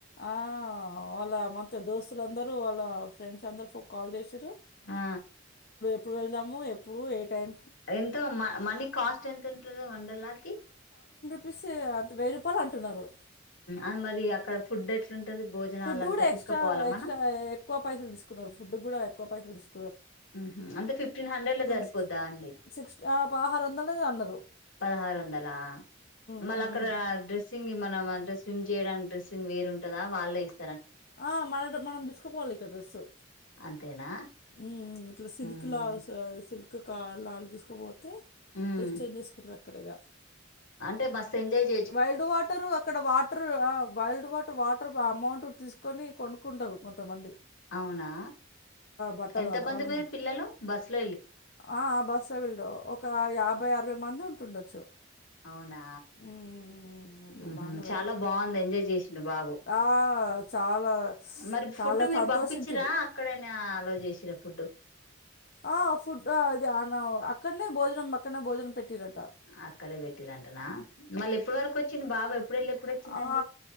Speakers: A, on the left (about 50°); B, on the left (about 75°).
A: ఆ వాళ్ళ మంత దోస్తుల అందరూ వాళ్ళ ఫ్రెండ్స్ అందరు ఫో కాల్ చేసీరు
B: ఆ
A: ఎప్పుడు వెళ్దాము ఎప్పుడు ఏ టైం
B: ఎంత మ మనీ కాస్ట్ ఎంత ఉంటుందో వండర్లాకి
A: పీసె అంతే వెయ్యి రూపాయలు అంటున్నారు
B: అ మరి అక్కడ ఫుడ్ ఎట్లుంటది భోజనాలు
A: ఫుడ్
B: అంతా
A: కూడా
B: తీసుకుపోవాలా
A: ఎక్స్ట్రా ఎక్స్ట్రా
B: మనం
A: ఎక్కువ పైసలు తీసుకున్నారు ఫుడ్ కూడా ఎక్కువ పైసలు తీస్
B: ఉహుమ్ అంతే ఫిఫ్టీన్ హండ్రెడ్ లో సరిపోద్దా
A: తీసుకు
B: అండి
A: సిక్స్ పదహారు వందలు అన్నారు
B: పదహార్ వందలా మళ్ళ
A: మళ్ళీ
B: అక్కడ డ్రెస్సింగ్ గి మన మ డ్రెస్ స్విమ్ చేయడానిక్ డ్రెస్సింగ్ వేరుంటద వాళ్లే ఇస్
A: ఆ మనద్ మనం దిస్కోపోవాలి ఇక డ్రెస్సు
B: అంతేనా
A: ఉమ్ మ్మ్ ఇట్లా సిల్క్
B: మ్మ్
A: లా స సిల్క్ కా లాల్ తీసుకుపోతే
B: మ్మ్
A: డ్రెస్ చేంజ్ చేసుకుంటరు అక్కడే ఇగ
B: ఎ బస్ ఎంజాయ్జే
A: వైల్డ్ వాటరు అక్కడ వాటర్ అ వైల్డ్ వాటర్ వాటర్ అమౌంట్ తీసుకొని కొను కుంటరు కొంతమంది
B: అవునా
A: బట్ట
B: ఎంతమంది
A: కాడ ఉమ్.
B: పోయ్ర్ పిల్లలు బస్ల్
A: ఆ ఆ బస్ ఎవల్దో ఒక యాబై అరవై మంది ఉంటుండొచ్చు
B: అవునా
A: ఉమ్ వీళ్ళు
B: ఉమ్హు
A: బానే పోయిర్రు
B: చాలా బాగుంది ఎంజాయ్ చేసిండు బాబు
A: ఆ చాలా
B: మరి ఫుడ్
A: చాలా
B: మీరు
A: సంతోషించుడు
B: పంపించ్చిరా అక్కడేనా అలో చేసిరా ఫుడ్
A: ఆ ఫుడ్ అది అ నవ్ అక్కడ్నే భోజనం అక్కడ్నే భోజనం పెట్టిరం
B: అక్కడే పెట్టినంటనా మళ్ళీ ఎప్పుడు వరకు వచ్చింద్ బాబా ఎప్పుడేళ్ళి ఎప్పుడొచ్చిందండి
A: ఆ